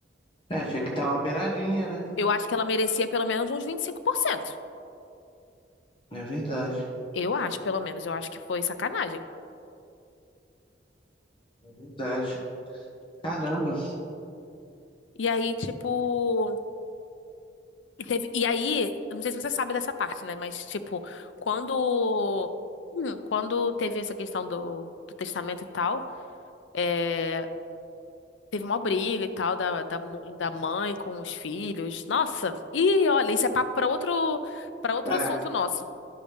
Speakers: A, on the left (about 30°); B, on the left (about 80°).
A: É, tinha que estar uma beiradinha, né?
B: Eu acho que ela merecia pelo menos uns vinte e cinco por cento
A: É verdade.
B: Eu acho, pelo menos. Eu acho que foi sacanagem.
A: É verdade. Caramba.
B: E aí, tipo. E, teve- e aí, eu não sei se você sabe dessa parte, né? Mas, tipo, quando. hum, Quando teve essa questão do, do testamento e tal, é, teve uma briga e tal da, da, mu- da mãe com os filhos. Nossa! E olha, isso é papo pra outro, para outro
A: É,
B: assunto nosso.